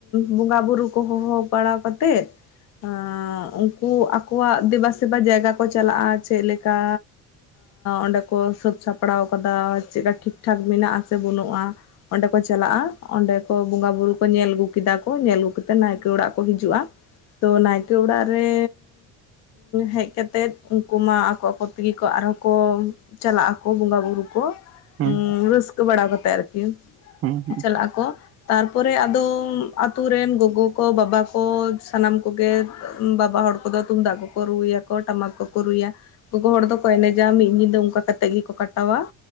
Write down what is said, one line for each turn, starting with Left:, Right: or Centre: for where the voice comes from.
Left: ᱵᱚᱸᱜᱟ ᱵᱩᱨᱩ ᱠᱚ ᱦᱚᱦᱚ ᱵᱟᱲᱟ ᱠᱟᱛᱮᱜ ᱮ ᱩᱱᱠᱩ ᱟᱠᱚᱣᱟᱜ ᱫᱮᱵᱟ ᱥᱮᱵᱟ ᱡᱟᱭᱜᱟ ᱠᱚ ᱪᱟᱞᱟᱜᱼᱟ ᱪᱮᱫ ᱞᱮᱠᱟ ᱚᱸᱰᱮ ᱠᱚ ᱥᱟᱹᱛ ᱥᱟᱯᱲᱟᱣ ᱠᱟᱫᱟ ᱪᱮᱫᱠᱟ ᱴᱷᱤᱠᱴᱷᱟᱠ ᱢᱮᱱᱟᱜ ᱟᱥᱮ ᱵᱟᱹᱱᱩᱜᱼᱟ ᱚᱸᱰᱮ ᱠᱚ ᱪᱟᱞᱟᱜᱼᱟ ᱚᱸᱰᱮ ᱠᱚ ᱵᱚᱸᱜᱟ ᱵᱩᱨᱩ ᱠᱚ ᱧᱮᱞ ᱟᱹᱜᱩ ᱠᱮᱫᱟ ᱠᱚ ᱧᱮᱞ ᱟᱹᱜ ᱠᱟᱛᱮ ᱱᱟᱭᱠᱮ ᱚᱲᱟᱜ ᱠᱚ ᱦᱤᱡᱩᱜᱼᱟ ᱛᱚ ᱱᱟᱭᱠᱮ ᱚᱲᱟᱜ ᱨᱮ ᱦᱮᱡ ᱠᱟᱛᱮᱜ ᱛᱮᱫ ᱩᱱᱠᱩ ᱢᱟ ᱟᱠᱚ ᱟᱠᱚ ᱛᱮᱜᱮ ᱠᱚ ᱟᱨᱦᱚᱸ ᱠᱚ ᱪᱟᱞᱟᱜ ᱟᱠᱚ ᱵᱚᱸᱜᱟ ᱵᱩᱨᱩ ᱠᱚ
Right: ᱦᱩᱸ
Left: ᱨᱟᱹᱥᱠᱟᱹ ᱵᱟᱲᱟ ᱠᱟᱛᱮᱜ ᱟᱨᱠᱤ
Right: ᱦᱩᱸ ᱦᱩᱸ
Left: ᱪᱟᱞᱟᱜ ᱟᱠᱚ ᱛᱟᱨᱯᱚᱨᱮ ᱟᱫᱚ ᱟᱛᱳ ᱨᱮᱱ ᱜᱚᱜᱚ ᱠᱚ ᱵᱟᱵᱟ ᱠᱚ ᱥᱟᱱᱟᱢ ᱠᱚᱜᱮ ᱵᱟᱵᱟ ᱦᱚᱲ ᱛᱩᱢ ᱫᱟᱜ ᱠᱚ ᱠᱚ ᱨᱩᱭᱟ ᱠᱚ ᱴᱟᱢᱟᱠ ᱠᱚᱠᱚ ᱨᱩᱭᱟ ᱜᱚᱜᱚ ᱦᱚᱲ ᱫᱚᱠᱚ ᱮᱱᱮᱡᱟ ᱢᱤᱫ ᱧᱤᱫᱟᱹ ᱚᱱᱠᱟ ᱠᱟᱛᱮᱜ ᱜᱮᱠᱚ ᱠᱟᱴᱟ ᱟ